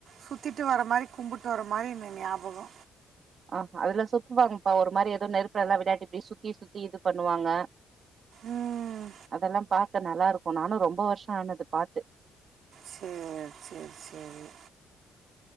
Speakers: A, on the right; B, on the right.
A: சுத்திட்டு வர மாரி கும்புட்டு வர மாரி இன்னு ஞாபகோ
B: ஆஹ அதுல சுத்துவாங்ப்பா ஒரு மாரி எதோ நெருப்புலல்லா விடாட்டி இப்டி சுத்தி சுத்தி இது பண்ணுவாங்க
A: ம்
B: அதல்லா பாக்க நல்லாருக்கு நானு ரொம்ப வர்ஷ ஆனது பாத்து
A: சேர் சேர் சேரி